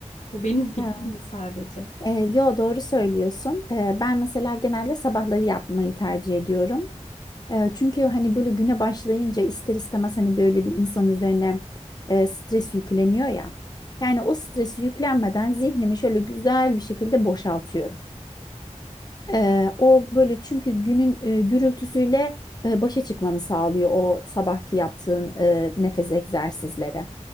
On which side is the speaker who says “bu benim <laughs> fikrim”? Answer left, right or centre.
Left